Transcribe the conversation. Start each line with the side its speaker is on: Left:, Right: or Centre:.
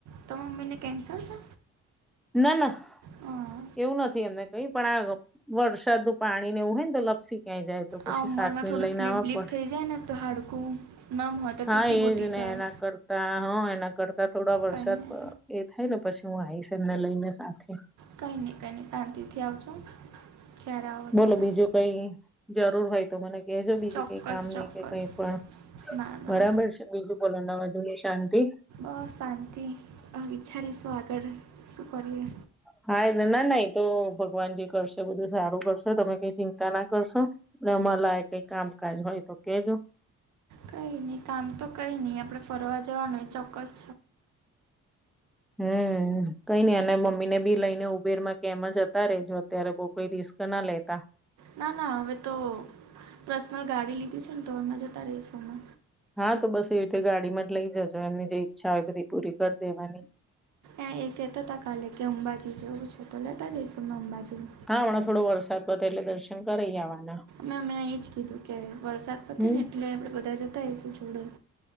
Right: ત મમ્મીને કેન્સર છે?
Centre: ના ના
Right: હા
Centre: એવુ નથી એને કઈ પણ આ વરસાદનું પાણી નેવું હોય ને તો લપસી ક્યાં જાય તો પછી
Right: આ ઉંમરમાં
Centre: સાચવીને
Right: થોડું
Centre: લઈને
Right: સ્લીપ
Centre: આવવા
Right: બ્લીપ
Centre: પડે
Right: થઈ જાય ને તો હાડકું નર્મ હોય તો
Centre: હા
Right: તૂટી બુટી
Centre: એજ
Right: જાય.
Centre: ને એના કરતા હ એના કરતા થોડા વરસાદ
Right: કંઈ નહીં
Centre: એ થાય ને પછી હું આવીશ એમને લઈને સાથે
Right: કઈ ની કઈ ની શાંતીથી આવજો જ્યારે આવો
Centre: બોલો
Right: ત્યારે
Centre: બીજુ કઈ જરૂર હોય તો મને કેજો બીજી
Right: ચોક્કસ
Centre: કંઈ કામની
Right: ચોક્કસ
Centre: કે કઈ પણ
Right: ના ના
Centre: બરાબર છે, બીજું બોલો <unintelligible> જોઈએ શાંતિ
Right: અ શાંતિ અ વિચારીશું આગળ શું કરીએ
Centre: હાય નનાને એતો ભગવાન જે કરશે બધું સારું કરશે તમે કંઈ ચિં તાના કરશો અમારે લઈ કઈ કામકાજ હોયતો કેજો
Right: કઈ નહીં કામ તો કંઈ ની આપણે ફરવા જવાનુ એ ચોક્કસ
Centre: હું કઈ ની અને મમ્મીને ભી લઈને ઊબેરમાં કે એમ જતા રેજો અત્યારે બો કોઈ રિસ્કના લેતા
Right: નાના હવે તો પર્સનલ ગાડી લીધી છે, ન તો અમે જતા રહીશું અમે
Centre: હા તો બસ એવી રીતે ગાડીમાં જ લઈ જજો એમની જે ઈચ્છા હોય બધી પૂરી કરી દેવાની
Right: એયા એ કહેતા હતા કાલે કે અંબાજી જવું છે, તો લેતા જઈશું મેં અંબાજી
Centre: હા હમણાં થોડો વરસાદ પતે એટલે દર્શન કરી આવાના
Right: મેં એમને એજ કીધું કે વરસાદ પતેને
Centre: હમ
Right: એટલે આપણે બધા જતા હઈશું જોડે